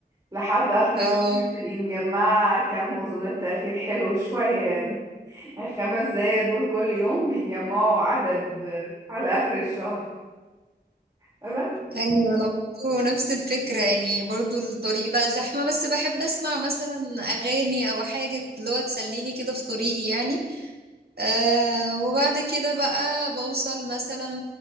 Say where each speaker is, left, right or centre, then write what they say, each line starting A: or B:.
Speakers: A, on the right; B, on the right.
A: لحد آخر
B: اه
A: الشهر تبقي مجمعة كم أذونات تأخير حلو شوية يعني <laughs> الخمس دقايق دول كل يوم بيجمعوا عدد على آخر الشهر بس
B: ايوه انا برضو نفس الفكره يعني برضو الطريق بقى زحمه بس بحب اسمع مثلا اغاني او حاجه اللي هو تسليني كده في طريقي يعني آه وبعد كده بقى بوصل مثلا